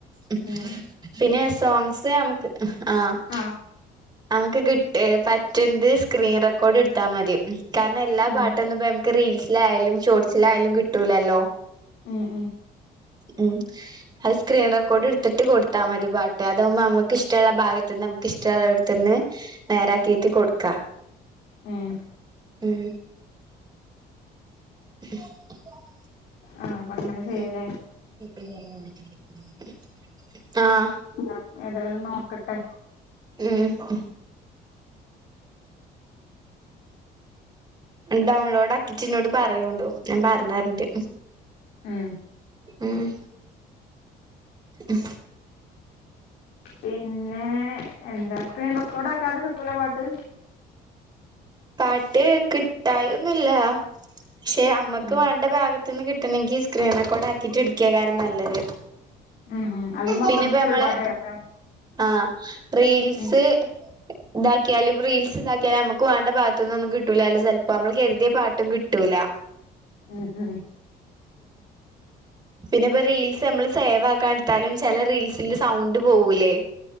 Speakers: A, on the right; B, on the left.
A: ഹ്മ്.
B: ഉം
A: പിന്നെ സോങ്സ് ന്നമ്ക്ക് ഹ ആഹഅങ്ങ്ക്ക്‌
B: ആ
A: ക്കിട്ടേ എ പറ്റ്ന്ത് സ്ക്രീൻ റെക്കോടെടുത്താ മതി കാരണം എല്ലാ
B: ഉം
A: പാട്ടൊന്നും ഇപ്പന്നമ്ക്ക് റീൽസിലായ്ലും ഷോർട്സിലായ്ലും കിട്ടൂലല്ലോ
B: മ് മ്
A: ഉം അത് സ്ക്രീൻ റെക്കോട് ഇഡ്ത്ത്ട്ട് കൊടുത്താ മതി പാട്ട് അതാവുമ്പ ന്നമ്മക്ക് ഇഷ്ട്ടള്ള ഭാഗത്ത്ന്ന് ന്നമ്ക്ക് ഇഷ്ട്ടള്ള എട്ത് ത്തന്നെ നേരാക്കിറ്റ് കൊട്ക്ക
B: ഉം
A: മ് <inaudible> <unintelligible>
B: ആ അപ്പൊ അങ്ങനെ ചെയ്യലേ
A: ആഹ്
B: ആ ഏതായാലും നോക്കട്ടെ
A: മ് ഡൗൺലോഡാക്കിറ്റ് ഇന്നോട് പറയോണ്ടു ഞാൻ പറഞ്ഞര്ണ്ട്
B: മ്
A: മ് മ്
B: പിന്നെ എന്താ സ്ക്രീൻ റെക്കോഡാക്കാതെ കിട്ടൂല പാട്ട്
A: പാട്ട് കിട്ടായൊന്നില്ലാ പഷേ അമ്മക്ക്
B: ഉം
A: വേണ്ട ഭാഗത്ത് ത്ത്ന്ന് കിട്ടണങ്കി സ്ക്രീൻറെക്കോഡാക്കിട്ട് ഇട്ക്കേകാരം ന്നല്ലത്
B: ഉം ഉം അല്ലെ മൊത്തം
A: പിന്നെപ്പ
B: ഫുൾ
A: നമ്മള്
B: പാട്ടല്ലേ
A: ആഹ ട്രീൽസ്
B: ഉം
A: സ് ഇതാക്ക്യാലും റീൽസ് ഇതാക്ക്യാലും ന്നമുക്ക് വേണ്ട ഭാഗത്ത്ന്നൊന്നും കിട്ടൂല അയ്ല് സെൽപ്പോ നമ്മ്ള് കര് തിയ പാട്ടും കിട്ടൂല
B: ഉം ഉം
A: പിന്നപ്പ റീൽസ് നമ്മള് സേവാക്കാ എട്ത്താലും ച്ചെല റീൽസിന്റെ സൗണ്ട് പോവൂലേ